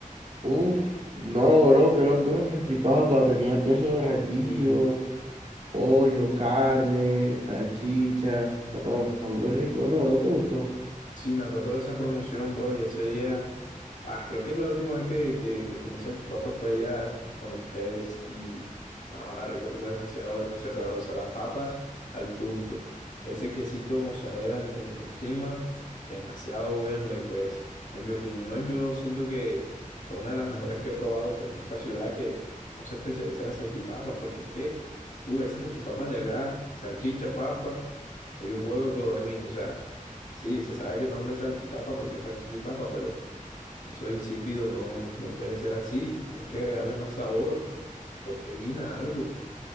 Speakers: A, on the right; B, on the left.
A: Uff, no, bro, qué locura salchipapa. Tenía queso derretido,
B: Y
A: pollo, carne, salchichas. No, muy rico. No, no te gustó.
B: Sí, me acuerdo de esa promoción, bro, y ese día, ah, creo que es la última vez que, que, que comí salchipapa fue allá con ustedes y ahora recuerdo demasiado, demasiado sabrosa. Las papas al punto, ese quesito mozzarella eh, encima, demasiado bueno y pues, en mi opinión, yo siento que fue una de las mejores que he probado pues en esta ciudad que no se especializa en las salchipapas, porque es que, uh, esas salchipapas de acá, salchicha, papa y un huevo de codorniz, o sea. Sí, se sabe que el nombre es salchipapa porque es salchichipapa, pero eso insípido no, no, no puede ser así. Hay que agregarle más sabor, proteína, algo,